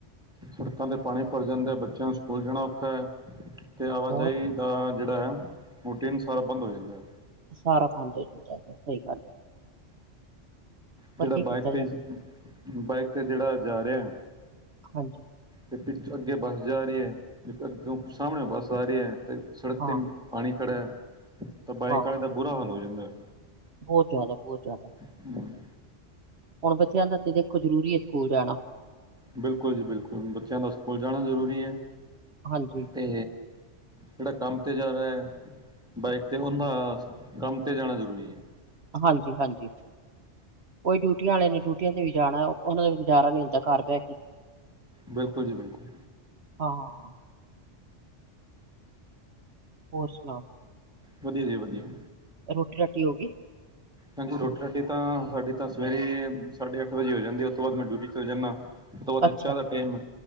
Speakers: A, in the centre; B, on the right.
A: ਸੜਕਾਂ ਤੇ ਪਾਣੀ ਭਰ ਜਾਂਦਾ ਹੈ ਬੱਚਿਆਂ ਨੂੰ ਸਕੂਲ ਜਾਣਾ ਔਖਾ ਹੈ ਤੇ ਆਵਾਜਾਈ
B: ਹੋਰ
A: ਦਾ ਜਿਹੜਾ ਹੈ ਮੋਟੀਨ ਸਾਰਾ ਬੰਦ ਹੋ ਜਾਂਦਾ।
B: ਸਾਰਾ ਬੰਦ ਹੋ ਜਾਂਦਾ। ਹੈਗਾ ਸਹੀ ਗੱਲ ਹੈ ਪਰ
A: ਜਿਹੜਾ
B: ਕੀ ਕੀਤਾ
A: ਬਾਈਕ ਤੇਜ਼
B: ਜਾਵੇ
A: ਬਾਈਕ ਤੇ ਜਿਹੜਾ ਜਾ ਰਿਹਾ
B: ਹਾਂਜੀ।
A: ਤੇ ਪਿੱਛ ਅੱਗੇ ਬੱਸ ਜਾ ਰਹੀ ਹੈ ਅੱਗੇ ਸਾਹਮਣੇ ਬੱਸ ਆ ਰਹੀ ਹੈ ਤੇ ਸੜਕ
B: ਹਾਂ
A: ਤੇ ਪਾਣੀ ਖੜੇਆ ਹੈ ਤਾਂ ਬਾਈਕ
B: ਹਾਂ
A: ਵਾਲੇ ਦਾ ਬੁਰਾ ਹਾਲ ਹੋ ਜਾਂਦਾ ਏ।
B: ਬਹੁਤ ਜ਼ਿਆਦਾ ਬਹੁਤ ਜ਼ਿਆਦਾ।
A: <inaudible>
B: ਹੁਣ ਬੱਚਿਆਂ ਦਾ ਤੇ ਦੇਖੋ ਜ਼ਰੂਰੀ ਹੈ ਸਕੂਲ ਜਾਣਾ
A: ਬਿਲਕੁਲ ਜੀ ਬਿਲਕੁਲ ਬੱਚਿਆਂ ਦਾ ਸਕੂਲ ਜਾਣਾ ਜ਼ਰੂਰੀ ਹੈ।
B: ਹਾਂਜੀ।
A: ਤੇ ਜਿਹੜਾ ਕੰਮ ਤੇ ਜਾ ਰਿਹਾ ਹੈ ਬਾਈਕ ਤੇ ਉਹਦਾ ਕੰਮ ਤੇ ਜਾਣਾ ਜ਼ਰੂਰੀ ਹੈ।
B: ਹਾਂਜੀ ਹਾਂਜੀ ਔਈ ਡਿਊਟੀਆਂ ਵਾਲੇ ਨੇ ਡਿਊਟੀਆਂ ਤੇ ਵੀ ਜਾਣਾ ਉਹ ਉਹਨਾਂ ਦਾ ਵੀ ਗੁਜ਼ਾਰਾ ਨੀ ਹੁੰਦਾ ਘਰ ਬਹਿ ਕੇ
A: ਬਿਲਕੁਲ ਜੀ ਬਿਲਕੁਲ
B: ਹਾਂ ਹਾਂ ਹੋਰ ਸੁਣਾਓ
A: ਵਧੀਆ ਜੀ ਵਧੀਆ।
B: ਰੋਟੀ ਰਾਟੀ ਹੋ ਗਈ।
A: ਹਾਂਜੀ ਰੋਟੀ ਰਾਟੀ ਤਾਂ ਸਾਡੀ ਤਾਂ ਸਵੇਰੇ ਸਾਢੇ ਅੱਠ ਵਜੇ ਹੀ ਹੋ ਜਾਂਦੀ ਉਸ ਤੋਂ ਬਾਅਦ ਮੈਂ ਡਿਊਟੀ ਚਲੇ ਜਾਂਨਾ। ਉਹ ਤੋਂ ਬਾਅਦ
B: ਅੱਛਾ
A: ਚਾਹ ਦਾ ਟਾਈਮ